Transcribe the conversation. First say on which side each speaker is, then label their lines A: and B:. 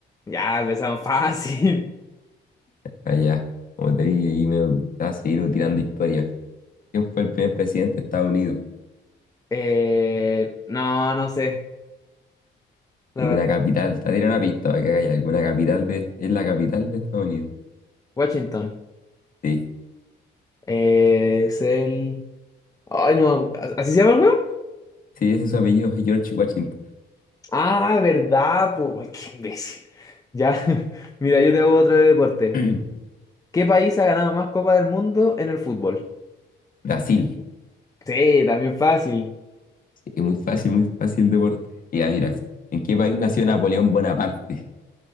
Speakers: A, on the left; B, on the left.
A: Ya, empezamos fácil. <laughs>
B: allá. Como te dije, ahí me va a seguir tirando historias. ¿Quién fue el primer presidente de Estados Unidos?
A: Eh, no, no sé, la
B: una
A: verdad.
B: capital. Te diré una pista para que haya alguna capital de. Es la capital de Estados Unidos.
A: Washington.
B: Sí.
A: Eh, es el... Ay, no, me ¿así se llama el huevo?
B: Sí, ese es su apellido, George Washington.
A: Ah, verdad, pues, <laughs> qué imbécil. Ya, <laughs> mira, yo te hago otra de deporte.
B: <clears throat>
A: ¿Qué país ha ganado más Copa del Mundo en el fútbol?
B: Brasil.
A: Sí, también fácil.
B: Sí, es muy fácil, muy fácil deporte. Y ya, mira, ¿en qué país nació Napoleón Bonaparte?